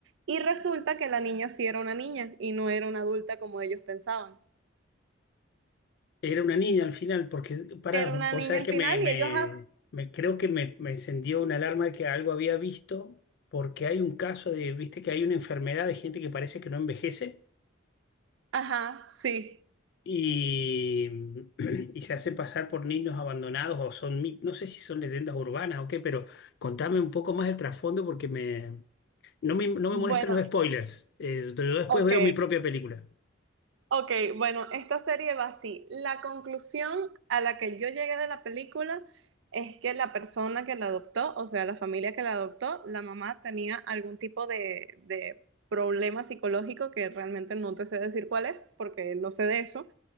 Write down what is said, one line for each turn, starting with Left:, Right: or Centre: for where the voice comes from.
Right: Y resulta que la niña sí era una niña y no era una adulta como ellos pensaban.
Left: era una niña al final, porque, pará,
Right: Era
Left: vos
Right: una niña
Left: sabés
Right: al
Left: que
Right: final
Left: me, me,
Right: y ellos, ah,
Left: me- creo que me, me encendió una alarma de que algo había visto, porque hay un caso de, viste que hay una enfermedad de gente que parece que no envejece.
Right: ajá, sí.
Left: y, <clears throat> y se hacen pasar por niños abandonados o son, mi- no sé si son leyendas urbanas o qué, pero contame un poco más el trasfondo porque me, no me, no me
Right: Bueno,
Left: molestan los spoilers. Eh, yo después
Right: ok.
Left: veo mi propia película.
Right: Ok, bueno, esta serie va así. La conclusión a la que yo llegué de la película es que la persona que la adoptó, o sea, la familia que la adoptó, la mamá tenía algún tipo de, de problema psicológico que realmente no te sé decir cuál es, porque no sé de eso,